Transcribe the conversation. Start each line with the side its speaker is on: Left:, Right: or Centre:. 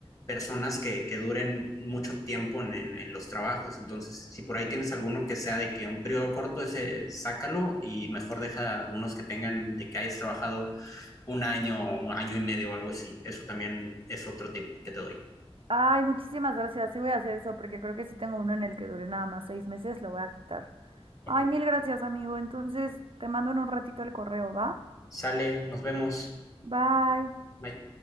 Left: personas que, que duren mucho tiempo en, en- en los trabajos. Entonces, si por ahí tienes alguno que sea de que un periodo corto, ese sácalo y mejor deja algunos que tengan de que hayas trabajado un año, un año y medio o algo así. Eso también es otro tip que te doy.
Right: Ay, muchísimas gracias. Sí voy a hacer eso porque creo que sí tengo uno en el que dure nada más seis meses. Lo voy a quitar.
Left: Ok.
Right: Ay, mil gracias, amigo. Entonces, te mando en un ratito el correo, ¿va?
Left: Sale, nos vemos.
Right: Bye.
Left: Bye.